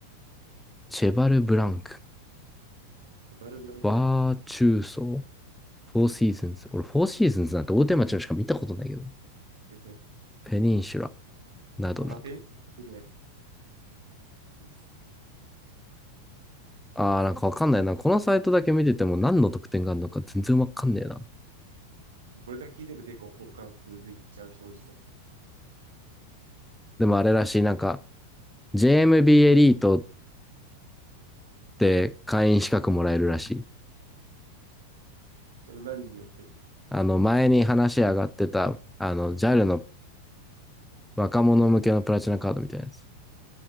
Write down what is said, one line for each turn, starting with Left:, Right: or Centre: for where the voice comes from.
Centre: チェバルブランク、
Right: セバルブランクってなんですか
Centre: バーチューソー、フォーシーズンズ。俺、フォーシーズンズなんて大手町のしか見たことないけど。
Right: <laughs>
Centre: ペニンシュラ、などなど。
Right: あー、ペンギンね。いいっす。
Centre: あー、なんかわかんないな。このサイトだけ見てても何の特典があるのか全然わかんねえな。
Right: これだけ聞いてると結構本感覚でいっちゃう人おじさんです。
Centre: でもあれらしい、なんか、JMB エムビーエリートって会員資格もらえるらしい。
Right: それ何によって
Centre: あの、前に話上がってた、あの、JAL の若者向けのプラチナカードみたいなやつ。